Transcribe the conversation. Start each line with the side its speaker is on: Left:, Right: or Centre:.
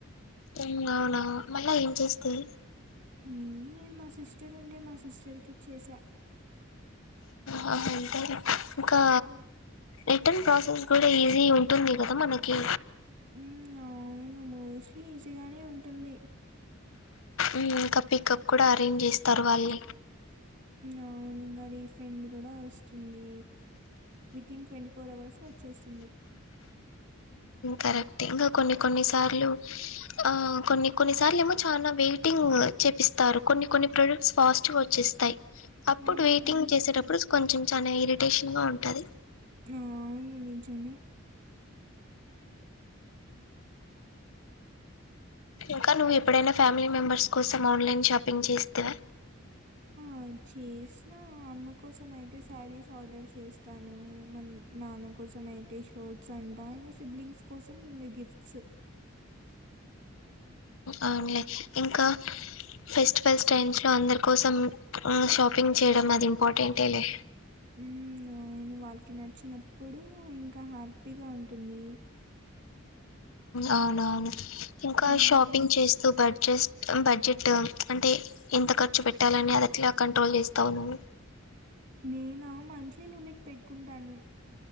Left: హ్మ్మ్ అవునా మళ్ళా ఏం చేస్తివి
Right: ఏం చేయలే మా సిస్టర్ ఉంటే మా సిస్టర్కి ఇచ్చేస
Left: ఆ అంతేలే ఇంకా
Right: హ్మ్.
Left: రిటర్న్ ప్రాసెస్ కూడా ఈజీ ఉంటుంది కదా మనకి
Right: ఉ అవును మోస్ట్లీ ఈజీగానే ఉంటుంది
Left: ఉ ఇంకా పికప్ కూడా అరేంజ్ చేస్తారు వాళ్ళే
Right: అవును ఇంకా రిఫండ్ కూడా వస్తుంది వితిన్ ట్వంటీ ఫోర్ అవర్స్ లో వచ్చేస్తుంది
Left: కరెక్ట్ ఇంకా కొన్ని కొన్ని సార్లు ఆ కొన్ని కొన్ని సార్లు ఏమో చానా వెయిటింగ్ చేపిస్తారు కొన్ని కొన్ని ప్రొడక్ట్స్ ఫాస్ట్ గా వచ్చేస్తాయి అప్పుడు
Right: హ్మ్.
Left: వెయిటింగ్ చేసేటప్పుడు కొంచెం చాలా ఇరిటేషన్ గా ఉంటది
Right: ఆ అవును నిజమే
Left: ఇంకా నువ్వు ఎప్పుడైనా ఫ్యామిలీ మెంబర్స్ కోసం ఆన్లైన్ షాపింగ్ చేస్తివా
Right: ఆ చేసిన అమ్మ కోసం అయితే శారీస్ ఆర్డర్ చేస్తాను మన నాన్న కోసం అయితే షర్ట్స్ అంట ఇంకా సిబ్లింగ్స్ కోసం ఇం గిఫ్ట్స్
Left: అవునులే ఇంకా ఫెస్టివల్స్ టైమ్స్ లో అందరి కోసం షాపింగ్ చేయడం అది ఇంపార్టెంటే లే
Right: హ్మ్మ్ అవును వాళ్ళకి నచ్చినప్పుడు ఇంకా హ్యాపీగా ఉంటుంది
Left: అవునవును ఇంకా
Right: మ్మ్
Left: షాపింగ్ చేస్తూ బర్ జస్ట్ బడ్జెట్ అంటే ఎంత ఖర్చు పెట్టాలని అదెట్ల కంట్రోల్ చేస్తావు నువ్వు
Right: నేనా మంత్లీ లిమిట్ పెట్టుకుంటాను